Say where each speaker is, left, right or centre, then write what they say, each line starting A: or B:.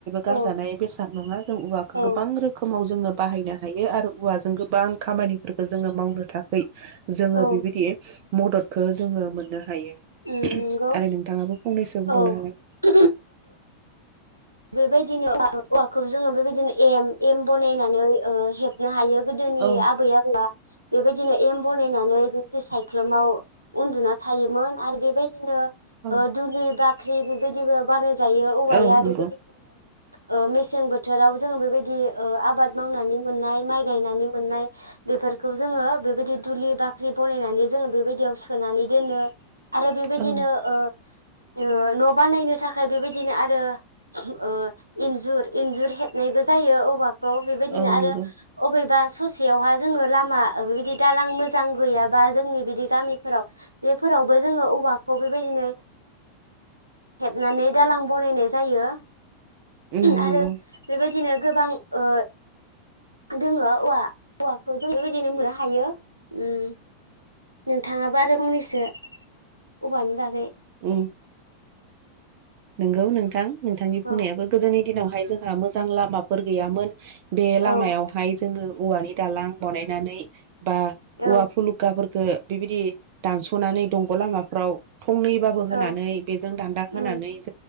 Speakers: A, on the right; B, on the right.
A: गारजानाय
B: औ
A: बेसाद नङा जों औवाखौ
B: औ
A: गोबां रोखोमाव जोङो बाहायनो हायो आरो औवाजों गोबां खामानिफोरखौ जोङो मावनो थाखाय जोङो
B: औ
A: बेबायदि मददखौ जोङो मोनो हायो
B: उम नंगौ
A: आरो नोंथाङाबो फंनैसो बुंबावनो
B: औ
A: हागोन।
B: बेबायदिनो <unintelligible> खौ जोङो बेबायदिनो एम एम बनायनानै ओ हेबनो हायो गोदोनि
A: औ
B: आबै आबौआ बेबायदिनो एम बनायनानै बेबायदि साइ ख्लुमाव उन्दुना थायोमोन आरो बेबायदिनो
A: उम
B: दुलि बा बाख्रि बेबायदिबो बानाय जायो औवाया
A: औ नंगौ
B: बे ओ मेसें बोथोराव जोङो बेबायदि ओ आबाद मावनानै मोननाय माइ गायनानै मोननाय बेफोरखौ जोङो बेबायदि दुलि बाख्रि बनायनानै जोङो बेबायदियाव सोनानै दोनो। आरो बेबायदिनो
A: औ
B: ओ ओ न' बानायनो थाखाय बेबायदिनो आरो ओ इन्जुर इन्जुर हे नायबो जायो औवाखौ बेबायदिनो
A: औ
B: आरो
A: नंगौ
B: अबेबा ससेयावहा जोङो लामा बेबायदि दालां मोजां गैयाबा जोंनि बिदि गामिफोराव बेफोरावबो जोङो औवाखौ बेबायदिनो हेबनानै दालां बनायनाय जायो।
A: उम नंगौ
B: आरो बेबायदिनो गोबां ओ दोङो औवा औवाखौ जों बेबायदिनो मोननो हायो उम नोंथाङाबो आरो फंनैसो औवानि बागै
A: <inaudible> नोंगौ नोंथां नोंथांनि
B: औ
A: बुंनायाबो गोदोनि दिनावहाय जोंहा मोजां लामाफोर गैयामोन बे
B: औ
A: लामायावहाय जोङो औवानि दालां बानायनानै बा
B: औ
A: औवा फुलुखाफोर बे बिबायदि दानस'नानै दंग' लामाफ्राव थंनैबाबो होनानै
B: औ
A: बेजों दान्दा होनानै
B: उम